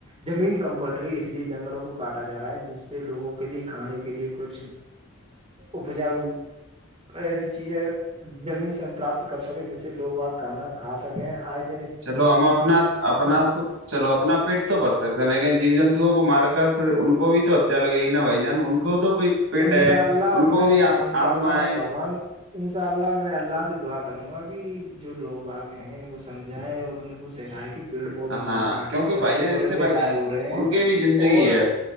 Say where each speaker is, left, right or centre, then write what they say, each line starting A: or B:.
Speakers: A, on the right (about 30°); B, on the right (about 70°).
A: جمین کمپلٹری اس لیے جنگلوں کو کاٹا جا رہا ہے جس سے لوگوں کے لیے کھانے کے لیے کچھ اپجاؤ ایسی چیز ہے جمین سے ہم پراپت کر سکیں جیس سے لوگ وہ کھانا کھا سکیں آئےجن
B: چلو ہم اپنا اپنا تو چلو اپنا پیٹ تو بھر سکتے ہیں لیکن جیو جنتوؤں کو مار کر پھر ان کو بھی تو ہتیا لگے گی نا بھائی جان کو تو بھی پیٹ
A: انشاء
B: ہے
A: اللہ
B: ان کو
A: میں
B: بھی آتما
A: انشاء اللہ میں
B: ہے
A: بھگوان ان شاء اللہ میں اللہ سے دعا کروں گا کہ جو لوگ باغ ہیں ان کو سمجھائے اور ان کو سکھائے کہ پیڑ پودے
B: ہاں
A: ن گٹ
B: کیونکہ
A: ہے چرندے
B: بھائی جان اس
A: پرندے
B: سے بھائی
A: غائب ہو رہے
B: ان
A: ہیں
B: کی بھی زندگی
A: اور
B: ہے